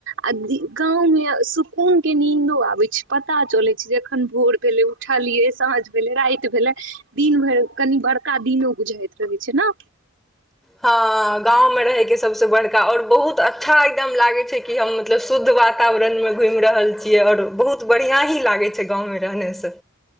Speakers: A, on the right; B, in the centre.
A: आ गाँव मे सुकून के नींदो आ पता चलै छै जेखन भोर भेलै उठलियै साँझ भेले राति भेले दिन भरि कनि बड़क का दीनो बुझइत रहै छै न
B: हँ गाँवमे रहैके सबसे बड़का और बहुत अच्छा एकदम लागै छै कि हम मतलब शुद्ध वातावरणमे घुइम रहल छियै औरोबहुत बढ़िआँ ही लागै छै गाँवमे रहनेसँ